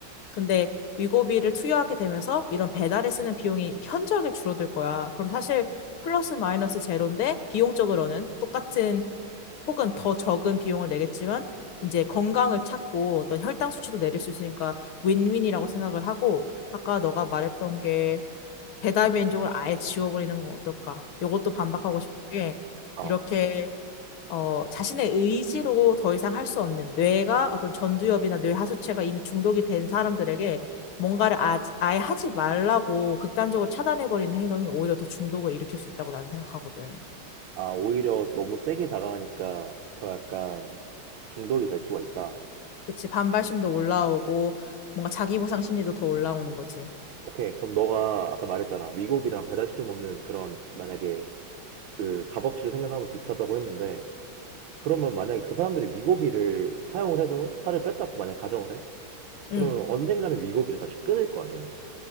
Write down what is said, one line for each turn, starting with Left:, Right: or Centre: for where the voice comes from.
Left: 근데 위고비를 투여하게 되면서 이런 배달에 쓰는 비용이 현저하게 줄어들 거야. 그럼 사실 플러스 마이너스 제로인데 비용적으로는 똑같은 혹은 더 적은 비용을 내겠지만 이제 건강을 찾고 어떤 혈당 수치도 내릴 수 있으니까 윈윈이라고 생각을 하고 아까 너가 말했던 게 배달 민족을 아예 지워버리는 건 어떨까? 이것도 반박하고 싶은 게
Right: 어.
Left: 이렇게 어, 자신의 의지로 더 이상 할 수 없는 뇌가 어떤 전두엽이나 뇌 하수체가 이미 중독이 된 사람들에게 뭔가를 아, 아예 하지 말라고 극단적으로 차단해버리는 행동이 오히려 더 중독을 일으킬 수 있다고 나는 생각하거든.
Right: 아, 오히려 너무 세게 다가가니까 더 약간 중독이 될 수가 있다.
Left: 그치, 반발심도 올라오고 뭔가 자기 보상 심리도 더 올라오는 거지.
Right: 오케이. 그럼 너가 아까 말했잖아. 위고비랑 배달시켜 먹는 그런 만약에 그 값어치를 생각하면 비슷하다고 했는데 그러면 만약에 그 사람들이 위고비를 사용을 해서 살을 뺐다고 만약에 가정을 해? 그러면
Left: 응,
Right: 언젠가는 위고비를 다시 끊을 거 아니야.